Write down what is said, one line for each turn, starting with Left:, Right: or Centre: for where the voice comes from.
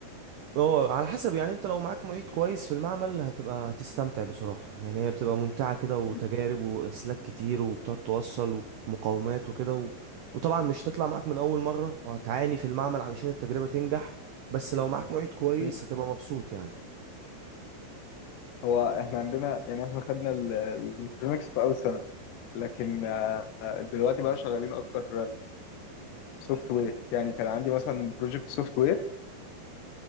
Right: اه على حسب يعني انت لو معاك معيد كويس في المعمل هتبقى هتستمتع بصراحة يعني هي بتبقى ممتعة كده وتجارب
Left: مم.
Right: وأسلاك كتير وبتقعد توصل ومقاومات وكده و... وطبعا مش تطلع معاك من أول مرة وهتعاني في المعمل علشان التجربة تنجح بس لو معاك معيد كويس
Left: مم.
Right: هتبقى مبسوط يعني
Left: هو احنا عندنا يعني احنا خدنا الالكترونكس في اول سنه لكن آه، دلوقتي بقى شغالين اكتر سوفت وير يعني كان عندي مثلا بروجكت سوفت وير